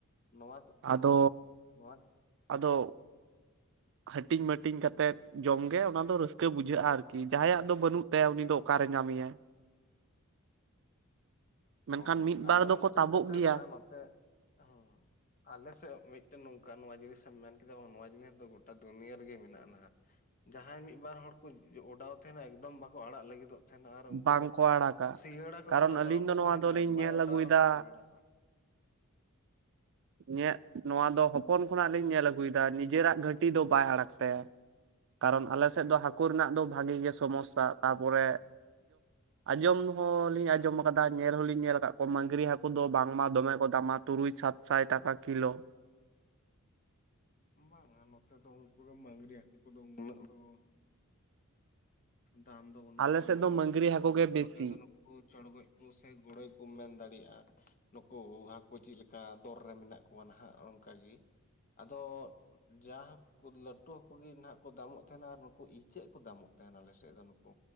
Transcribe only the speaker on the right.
ᱟᱫᱚ
ᱟᱫᱚ ᱦᱟᱹᱴᱤᱧ ᱢᱟᱹᱴᱤᱧ ᱠᱟᱛᱮᱫ ᱡᱚᱢ ᱜᱮ ᱚᱱᱟ ᱫᱚ ᱨᱟᱹᱥᱠᱟᱹ ᱵᱩᱡᱷᱟᱹᱜᱼᱟ ᱟᱨᱠᱤ ᱡᱟᱦᱟᱸᱭ ᱭᱟᱜ ᱫᱚ ᱵᱟᱹᱱᱩᱜ ᱛᱟᱭᱟ ᱩᱱᱤ ᱫᱚ ᱚᱠᱟᱨᱮ ᱧᱟᱢᱮ ᱭᱟᱭ᱾ ᱢᱮᱱᱠᱷᱟᱱ
ᱵᱟᱨ
ᱫᱚᱠᱚ
ᱛᱟᱵᱚᱜ
ᱜᱮᱭᱟ
ᱵᱟᱝᱠᱚ
ᱟᱲᱟᱜᱟ
ᱠᱟᱨᱚᱱ
ᱟᱹᱞᱤᱧ
ᱫᱚ ᱱᱚᱣᱟ
ᱫᱚᱞᱤᱧ
ᱧᱮᱞ
ᱟᱹᱜᱩᱭᱮᱫᱟ
ᱤᱧᱟᱹᱜ ᱱᱚᱣᱟ ᱫᱚ ᱦᱚᱯᱚᱱ ᱠᱷᱚᱱᱟᱜ ᱞᱤᱧ ᱧᱮᱞ ᱟᱹᱜᱩᱭ ᱮᱫᱟ ᱱᱤᱡᱮ ᱨᱟᱜ ᱜᱷᱟᱹᱴᱤ ᱫᱚ ᱵᱟᱭ ᱟᱲᱟᱜ ᱛᱟᱭᱟ᱾ ᱠᱟᱨᱚᱱ ᱟᱞᱮ ᱥᱮᱫ ᱫᱚ ᱦᱟᱹᱠᱩ ᱨᱮᱱᱟᱜ ᱫᱚ ᱵᱷᱟᱜᱮ ᱜᱮ ᱥᱚᱢᱚᱥ ᱥᱟ ᱛᱟ ᱯᱚᱨᱮ ᱟᱸᱡᱚᱢ ᱦᱚᱸᱞᱤᱧ ᱟᱸᱡᱚᱢ ᱟᱠᱟᱫᱟ ᱧᱮᱞ ᱦᱚᱞᱤᱧ ᱧᱮᱞ ᱟᱠᱟᱫ ᱠᱚᱣᱟ ᱢᱟᱹᱝᱨᱤ ᱦᱟᱹᱠᱩ ᱫᱚ ᱵᱟᱝᱢᱟ ᱫᱚᱢᱮ ᱠᱚ ᱫᱟᱢᱟ ᱛᱩᱨᱩᱭ <unintelligible> ᱥᱟᱭ ᱴᱟᱠᱟ ᱠᱤᱞᱳ᱾
ᱟᱞᱮ
ᱥᱮᱫ
ᱫᱚ ᱢᱟᱹᱜᱽᱨᱤ ᱦᱟᱹᱠᱩ ᱜᱮ ᱵᱮᱥᱤ